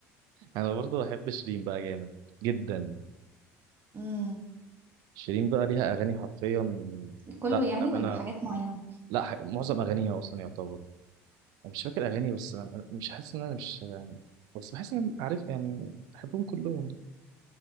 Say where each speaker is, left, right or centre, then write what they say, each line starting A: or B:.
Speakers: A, on the right; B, on the right.
A: انا برضه بحب شيرين بقى جامد جدا
B: امم
A: شيرين بقى ليها اغاني حرفيا
B: كله
A: لا
B: يعني
A: انا
B: ولا حاجات معينه
A: لا ح... معظم اغانيها اصلا يعتبر أنا مش فاكر اغاني بس انا أنا مش حاسس ان انا مش بس بحس ان انا عارف يعني بحبهم كلهم